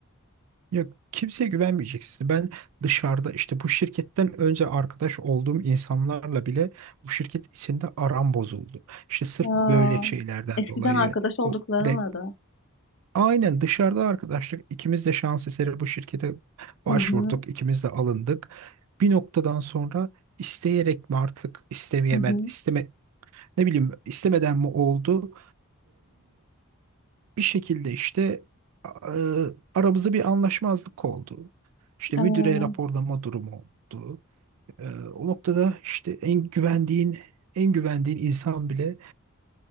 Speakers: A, on the right (about 80°); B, on the left (about 55°).
A: Yok kimseye güvenmeyeceksin. Ben dışarıda işte bu şirketten önce arkadaş olduğum insanlarla bile bu şirket içinde aram bozuldu. İşte sırf
B: Aa,
A: böyle şeylerden
B: eskiden
A: dolayı
B: arkadaş olduklarınla
A: o re-
B: da.
A: aynen dışarıda arkadaşlık ikimiz de şans eseri bu şirkete başvurduk.
B: Hı hı.
A: ikimiz de alındık. Bir noktadan sonra isteyerek mi artık istemeyemed
B: Hı hı.
A: isteme ne bileyim istemeden mi oldu? bir şekilde işte e, aramızda bir anlaşmazlık oldu. İşte
B: Aa,
A: müdüre raporlama durumu oldu. E, o noktada işte en güvendiğin en güvendiğin insan bile